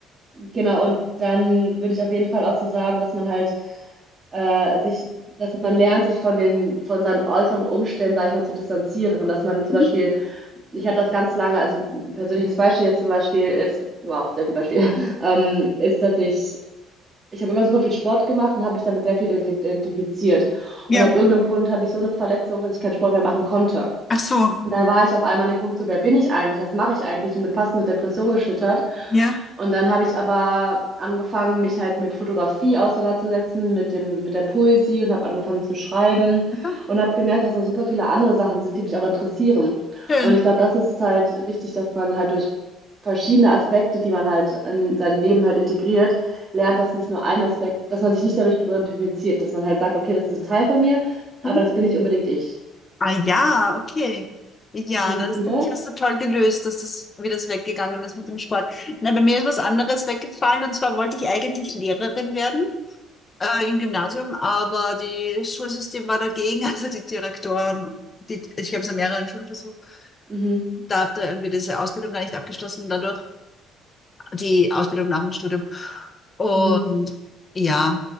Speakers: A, on the right; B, on the left.
A: genau, und dann würde ich auf jeden Fall auch so sagen, dass man halt äh, sich, dass man lernt, sich von den, von seinen äußeren Umständen, sag ich mal, zu distanzieren. Dass man zum
B: Mhm.
A: Beispiel ich hatte das ganz lange, also ein persönliches Beispiel jetzt zum Beispiel ist, wow, sehr viel Beispiel, <laughs> ähm, ist, dass ich, ich habe immer super viel Sport gemacht und habe mich damit sehr viel identifiziert. Und
B: Ja.
A: ab irgendeinem Punkt hatte ich so eine Verletzung, dass ich keinen Sport mehr machen konnte.
B: Ach so.
A: Und dann war ich auf einmal an dem Punkt so, wer bin ich eigentlich? Was mache ich eigentlich? Und bin fast in eine Depression geschlittert.
B: Ja.
A: Und dann habe ich aber angefangen, mich halt mit Fotografie auseinanderzusetzen, mit dem, mit der Poesie und habe angefangen zu schreiben
B: Ach so,
A: und habe gemerkt, dass da super viele andere Sachen sind, die mich auch interessieren.
B: Schön.
A: Und ich glaube, das ist halt wichtig, dass man halt durch verschiedene Aspekte, die man halt in sein Leben halt integriert, lernt, dass nicht nur ein Aspekt, dass man sich nicht dadurch identifiziert, dass man halt sagt, okay, das ist ein Teil von mir, aber
B: Mhm.
A: das bin nicht unbedingt ich.
B: Ah ja, okay. Ja,
A: Wie siehst
B: na, das
A: du
B: finde
A: das?
B: ich hast du toll gelöst, dass das, wie das weggegangen ist mit dem Sport. Na, bei mir ist was anderes weggefallen und zwar wollte ich eigentlich Lehrerin werden. äh, im Gymnasium, aber das Schulsystem war dagegen, <laughs> also die Direktoren. Die, ich habe es an mehreren Schulen versucht.
A: Mhm.
B: Da habt ihr irgendwie diese Ausbildung gar nicht abgeschlossen, dadurch die Ausbildung nach dem Studium. Und
A: Mhm.
B: ja,